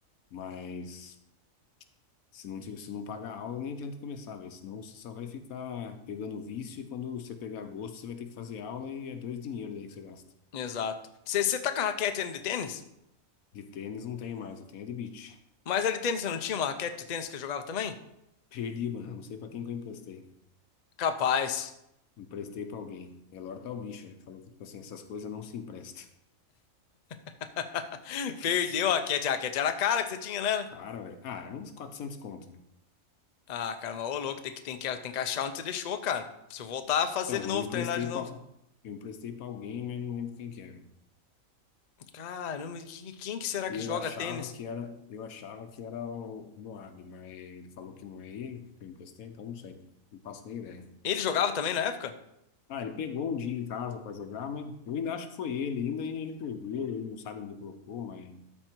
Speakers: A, on the left (about 90°); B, on the left (about 50°).
A: mas se não, tiver- se não pagar a aula, nem adianta começar, velho. Senão você só vai ficar pegando vício e quando você pegar gosto, você vai ter que fazer aula e é dois dinheiro daí que você gasta.
B: Exato. Você tá com a raquete ainda de tênis?
A: De tênis não tenho mais, eu tenho é de beach.
B: Mas a de tênis você não tinha uma raquete de tênis que você jogava também?
A: <laughs> Perdi, mano, não sei pra quem que eu emprestei.
B: Capaz.
A: Emprestei pra alguém. Elor tá o bicho, ele falou que, tipo assim, essas coisas não se emprestam.
B: <laughs>
A: <laughs>
B: Perdeu a raquete. A raquete era a cara que você tinha, né?
A: Cara, velho. Ah, era uns 400 conto, né?
B: Ah, cara, mas ô louco, tem que, tem que, tem que achar onde você deixou, cara. Se eu voltar a fazer
A: Então,
B: de novo,
A: eu emprestei
B: treinar de novo.
A: pra, eu emprestei pra alguém, mas não lembro quem que era.
B: Caramba, que- quem que será
A: E
B: que
A: eu
B: joga
A: achava
B: tênis?
A: que era, eu achava que era o Moab, mas ele falou que não é ele que eu emprestei, então não sei. Não faço nem ideia.
B: Ele jogava também na época?
A: Ah, ele pegou um dia em casa pra jogar, mas eu ainda acho que foi ele, ainda ele perdeu, ele não sabe onde colocou, mas